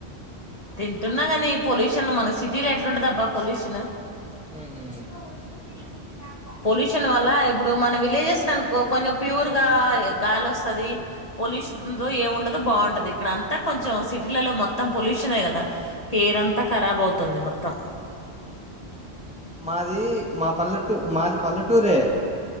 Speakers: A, on the left (about 35°); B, in the centre.
A: తింటున్నా కాని పొల్యూషన్ మన సిటీలో ఎట్లాలుంటద అబ్బా పొల్యూషన్
B: ఉహు
A: రచకా <unintelligible> పొల్యూషన్ వల్ల ఇప్పుడు మన విలేజెస్ లో అనుకో కొంచెం ప్యూర్ గా గాలి వస్తుది పొల్యూషన్ ఏమి ఉండదుో బాగుంటది ఇక్కడ అంతా కొంచెం సిటీలలో మొత్తం మొత్తం పొల్యూషన్ ఏ కదా ఎయిర్ అంతా ఖరాబ్ అవుతుంది మొత్తం
B: మాది మా పల్లెటూ మాది పల్లెటూరే